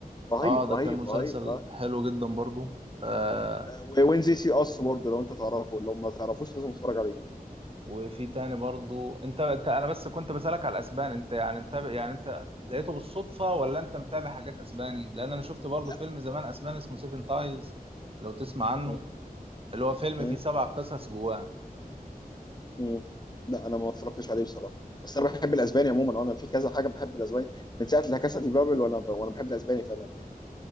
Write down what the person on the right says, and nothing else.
اه ده
كان مسلسل
حلو جدا برضو آه
وفي تاني برضو انت انت انا بس كنت بسالك على الاسبان انت يعني متابع يعني انت لقيته بالصدفه ولا انت متابع حاجات اسباني لان انا شفت برضو
فيلم زمان اسباني اسمه سيفن تايلز لو تسمع عنه
اللي هو فيلم
فيه سبع قصص جواه